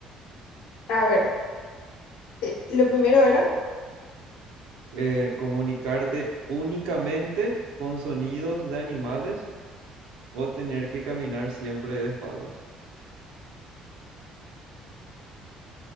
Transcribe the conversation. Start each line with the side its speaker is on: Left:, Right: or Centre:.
Left: A ver, eh, lo primero era,
Right: Eh, ¿comunicarte únicamente con sonidos de animales o tener que caminar siempre de espaldas?